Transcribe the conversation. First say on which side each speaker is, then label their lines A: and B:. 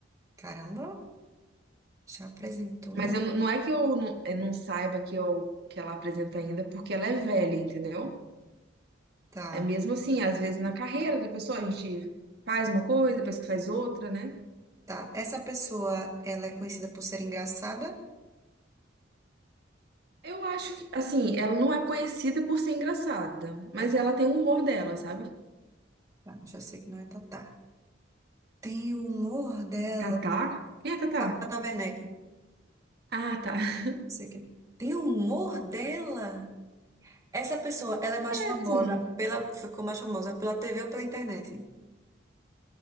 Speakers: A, on the right (about 20°); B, on the right (about 60°).
A: Caramba! Já apresentou?
B: Mas eu, não é que eu não, eu não saiba que, eu, que ela apresenta ainda, porque ela é velha, entendeu?
A: Tá,
B: É mesmo assim, às vezes na carreira da pessoa a gente faz uma coisa, depois faz outra, né?
A: tá. Essa pessoa, ela é conhecida por ser engraçada?
B: Eu acho que, assim, ela não é conhecida por ser engraçada,
A: Não
B: mas
A: é,
B: ela tem o humor dela, sabe?
A: tá, já sei que não é Tatá. Tem o humor dela.
B: Tatá? Quem é Tatá?
A: Ta- Tata Werneck.
B: Ah, tá. <laughs>
A: Não sei quem. Tem o humor dela? Essa pessoa, ela é mais
B: É
A: famosa
B: assim,
A: pela, ficou mais famosa pela TV ou pela internet?